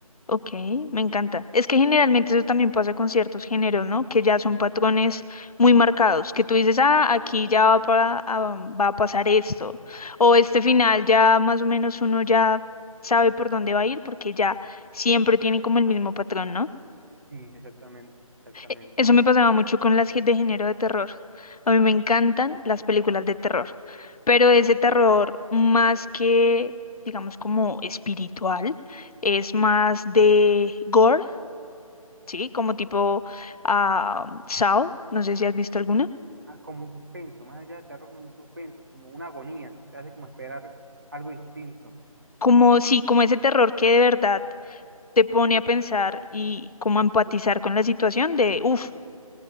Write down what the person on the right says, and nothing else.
Sí, exactamente, exactamente.
Ah, como un suspenso, más allá de terror, como un suspenso, como una agonía. Te hace como esperar algo distinto.
Sí,
como un